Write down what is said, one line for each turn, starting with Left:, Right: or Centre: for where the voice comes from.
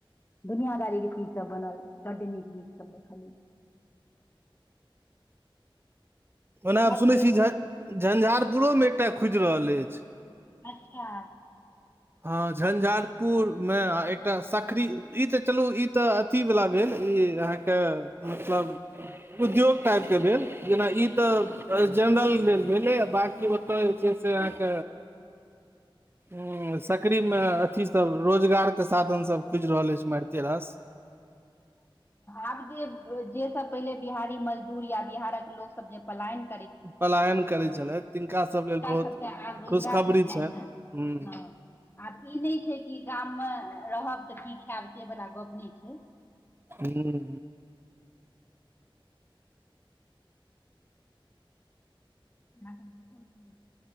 Left: दुनियादार चीज सब बनल बड नीक नीक सब देखलिये <inaudible>
Right: ओना आब सुनैत
Left: के देख
Right: छी झ झंझारपुरोमे एकटा खुजि रहल अछि
Left: अच्छा
Right: हँ झंझारपुरमे आ एकटा सकरी ई तऽ चलू ई तऽ अथी वला भेल ई अहाँके मतलब उद्योग टाइपके भेल जेना ई
Left: हँ
Right: तऽ जेनरल ल भेलै बाँकी ओतय जे छै से अहाँक उ सकड़री मे अथीसभ रोजगारके साधन सब खुजि रहल अछि मारिते रस
Left: आब जे जे सब पहिले बिहारी मजदूर या बिहारक लोक सब जे पलाइन
Right: पलायन करैत छलथि तिनका सभ लेल बहुत
Left: सबके आब रोजगार
Right: खुशखबरी
Left: भेटलनि
Right: छैन
Left: हेँ
Right: हू
Left: हँ आब ई नहि छै कि गाममे रहब तऽ की खायब से वला गप्प नहि छै
Right: हू हू
Left: ह